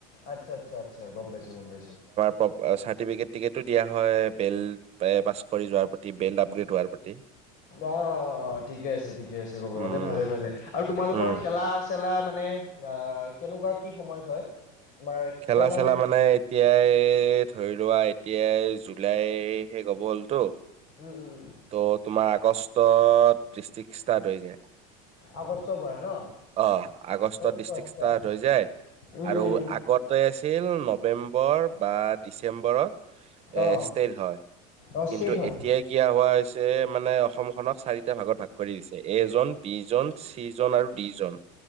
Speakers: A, on the left; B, on the right.
A: আচ্ছা, আচ্ছা, আচ্ছ, গম পাইছোঁ গম পাইছোঁ।
B: প্ৰ চাৰ্টিফিকেট টিকেটো দিয়া হয়, বেল পে পাছ কৰি যোৱাৰ প্ৰতি, বেল আপগ্ৰেড হোৱাৰ প্ৰতি।
A: অ' অ' অ' ঠিকে আছে ঠিকে আছে ক'ব
B: উম,
A: গ'লে ভালে ভালে আৰু তোমালোকৰ
B: উম,
A: খেলা আছ খেলা মানে কেনেকুৱা কি সময়ত হয় তোমাৰ
B: খেলা
A: টুৰ্ণামেণ্ট
B: চেলা মানে এতিয়াই ধৰি লোৱা এতিয়াই জুলাই শেষ হব হ'লতো
A: উম, উম
B: ত তোমাৰ আগষ্টত ডিষ্ট্ৰিক্ ষ্টাৰ্ট হৈ যায়
A: আগষ্টৰ পৰা ন
B: অহ আগষ্টত
A: অ
B: ডিষ্ট্ৰিক
A: আচ্ছা
B: ষ্টাট হৈ যায়
A: উম
B: আৰু
A: উম উম
B: আগতে আছিল নৱেম্বৰ বা ডিচেম্বৰত এ
A: অ
B: ষ্টেট হয়
A: অ
B: কিন্তু
A: ষ্টেট হয়
B: এতিয়াই কিয়া হোৱা হৈছে মানে অসমখনক চাৰিটা ভাগত ভাগ কৰি দিছে এজন বি জন চিজন আৰু ডি জন